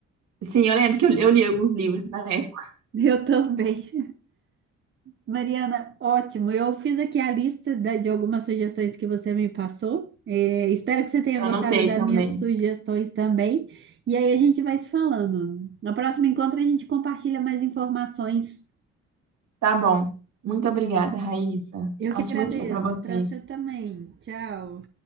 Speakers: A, on the right; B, on the right.
A: Sim, eu lembro que eu, eu li alguns livros na época.
B: <laughs> Eu também. Mariana, ótimo. Eu fiz aqui a lista da- de algumas sugestões que você me passou. É, espero que você tenha
A: Eu
B: gostado
A: anotei
B: das
A: também.
B: minhas sugestões também. E aí a gente vai se falando. No próximo encontro a gente compartilha mais informações.
A: Tá bom. Muito obrigada, Raíssa.
B: Eu que
A: Ótimo
B: agradeço.
A: dia pra você.
B: Para você também. Tchau.